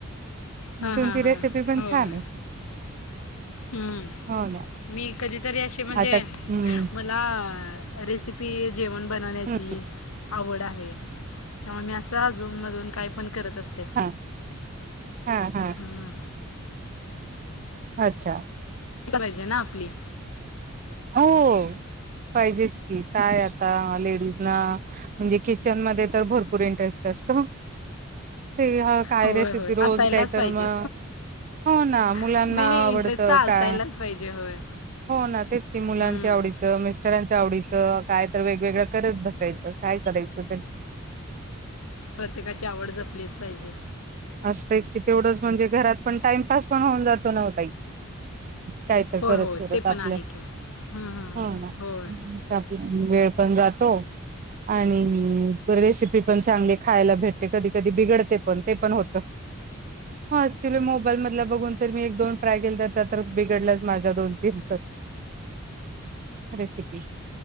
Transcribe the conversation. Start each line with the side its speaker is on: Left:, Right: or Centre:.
Left: हां
Right: तुमची
Left: हां हां
Right: रेसिपी पण
Left: होय
Right: छान ये.
Left: हम्म हम्म
Right: हो ना
Left: मी कधीतरी असे म्हणजे
Right: आता हम्म
Left: मला रेसिपी जेवण बनवण्याची
Right: हम्म
Left: आवड आहे. त्यामुळे असं आज अजून मधून काय पण करत असते
Right: हा हा हा
Left: ह.
Right: अच्छा
Left: करायची ना आपली
Right: हो पाहिजेच की काय आता लेडीज म्हणजे किचन मधे तर भर पुूर इंटरेस्ट असतो. ते काय
Left: होय
Right: रेसिपी
Left: होय
Right: रोज
Left: असायलाच
Right: काही तर
Left: पाहिजे
Right: मग हो ना म
Left: नाही
Right: ना
Left: नाही
Right: आवडत
Left: इंटरेस्ट हा असायलाच
Right: का
Left: पाहिजे होय
Right: हो ना तेच की म्हणजे
Left: हम्म.
Right: मुलांच्या आवडीचं मिष्टरांच्या आवडीच काय तर वेगवेगळं करत बसायचं काय करायचं ते
Left: प्रत्येकाची आवड जपलीच पाहिजे.
Right: असतच की तेवढंच म्हणजे घरात पण टाइमपास पण होऊन जातो ना ओ ताई. काय तर
Left: होय
Right: करत
Left: हो
Right: करत
Left: ते
Right: आपल्या
Left: पण आहे की हम्म, हम्म,
Right: हो
Left: हम्म.
Right: ना
Left: होय
Right: आपल्या वेळ पण जातो आणि रेसिपी पण चांगली खायला भेटते कधी कधी बिघडते पण ते पण होत हा ऍक्च्युली मोबाईल मधल बघून तर मी एक दोन ट्राय केलं तर तर बिघडलंच माझ्या दोन तीन तर रेसिपी